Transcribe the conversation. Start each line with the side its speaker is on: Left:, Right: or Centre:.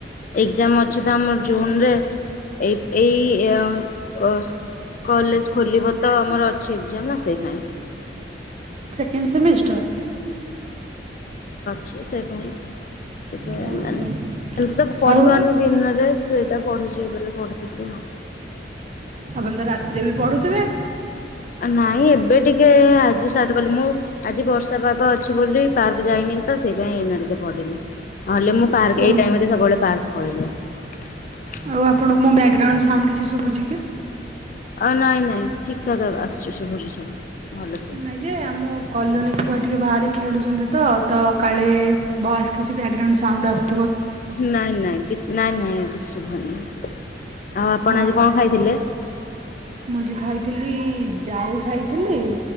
Left: ଏକଜାମ ଅଛି ତ ଆମର ଜୁନ୍ ରେ ଏଇ ଏଇ ଅ ଅସ୍ କଲେଜ ଖୋଲିବ ତ ଆମର ଛିପ ଯାମ୍ ନା ସେଇପାଇଁ
Right: ଏଣ୍ଡ ସେମିଷ୍ଟର
Left: ଛେ ସେ ପାଇଁ ଟିକେ
Right: ଓହୋ
Left: ମାନେ ଏମତି ତ ପଢିବନି
Right: ଆଉ
Left: ଦିନରେ ସେଇଟା ପଢୁଛି ଏବେବି ପଢୁଥିଲି ଆଉ।
Right: ଆପଣ ତ ରାତିରେ ବି ପଢୁଥିବେ?
Left: ନାଇଁ ଏବେ ଟିକେ ଆଜି ଷ୍ଟାର୍ଟ କଲି ମୁଁ ଆଜି ବର୍ଷା ପାଗ ଅଛି ବୋଲି ପାର୍କ ଯାଇନି ତ ସେଇ ପାଇଁ ଏଇନା ଟିକେ ପଢିଲି ନହେଲେ ମୁଁ ପାର୍କ
Right: ଓ
Left: ଏଇ ଟାଇମରେ ସବୁବେଳେ ପାର୍କ ପଳେଇଯାଏ।
Right: ଆଉ ଆପଣଙ୍କୁ ମୋ ବ୍ୟାଗ୍ରାଉଣ୍ଡ ସାଉଣ୍ଡ କିଛି ଶୁଭୁଛି କି?
Left: ଅ ନାଇଁ ନାଇଁ ଠିକଠାକ୍ ଆସୁଛି ଶୁଭୁଚି ସବୁ ଭଲସେ।
Right: ନାଇଁ ଯେ ଆମ କଲୋନୀ ଥିବା ଟିକେ ବାହାରେ ଖେଳୁଛନ୍ତି ତ ତ କାଳେ ଭଏସ କିଛି ବ୍ୟାକଗ୍ରାଉଣ୍ଡ ସାଉଣ୍ଡ ଆସୁ
Left: ନାଇଁ ନାଇଁ କି ନାଇଁ ନାଇଁ କିଛି ଶୁଭୁନି। ଆଉ ଆପଣ
Right: ହଁ
Left: ଆଜି
Right: ହଁ
Left: କଣ ଖାଇଥିଲେ?
Right: ମୁଁ ଆଜି ଖାଇଥିଲି ଯାଉ ଖାଇଥିଲି